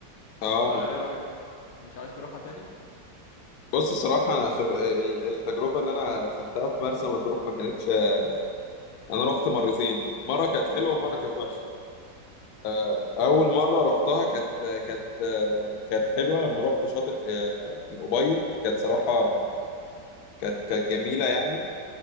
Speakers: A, on the left; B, on the left.
A: اه
B: فايه رأيك مش عايز تروحها تاني
A: بص صراحة انا خب... ال- التجربة اللي انا خدتها في مرسى مطروح ما كانتش آه، انا رحت مرتين مرة كانت حلوة ومرة
B: امم
A: كانت وحشة آه، اول
B: امم
A: مرة رحتها كانت كانت آه، كانت حلوة لما رحت شاطئ آه، الأبيض كانت صراحة كانت كانت جميلة يعني